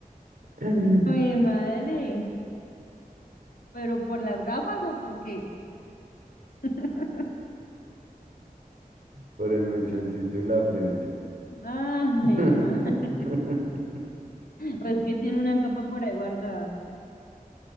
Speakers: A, on the right; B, on the left.
A: <laughs>
B: mi madre. ¿Pero por las gafas o por qué? <laughs>
A: Por el mechoncito en la frente.
B: Ah, mi
A: <laughs>
B: madre. Pues que tiene una capa por ahí guardada.